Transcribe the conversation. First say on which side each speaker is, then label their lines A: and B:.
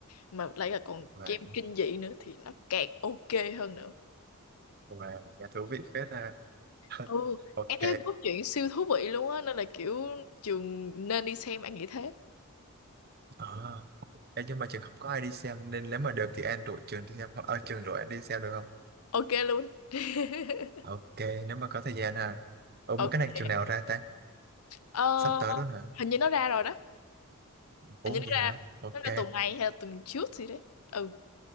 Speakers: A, on the left; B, on the right.
A: mà lại là còn
B: và
A: game kinh dị nữa thì nó càng ok hơn nữa
B: và và thú vị phết ra <laughs>
A: ừ
B: ok
A: An thấy cốt truyện siêu thú vị luôn á nên là kiểu trường nên đi xem An nghĩ thế
B: ờ Ê, nhưng mà trường không có ai đi xem nên nếu mà được thì An rủ trường đi xem hoặc ở trường rủ An đi xem được không
A: ok luôn <laughs>
B: ok nếu mà có thời gian hả ủa
A: ok
B: mà cái này trường nào ra ta
A: Ờ,
B: sắp tới luôn hả
A: hình như nó ra rồi đó
B: ủa
A: hình như nó
B: vậy hả
A: ra
B: ok
A: nó ra tuần này hay là tuần trước gì đấy ừ